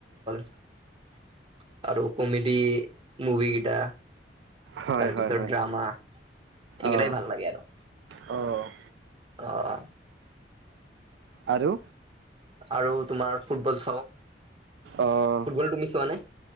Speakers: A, on the right (about 30°); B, on the right (about 75°).
A: <unintelligible> আৰু কমেডি মুভি কেইটা।
B: হয়
A: তাৰপিছত
B: হয় হয়
A: ড্ৰামা এইকেইটাই
B: অ'।
A: ভাল লাগে আৰু।
B: অ'।
A: অ'।
B: আৰু
A: আৰু তোমাৰ ফুটবল চাওঁ
B: অ'
A: ফুটবল তুমি চোৱা নে? অ',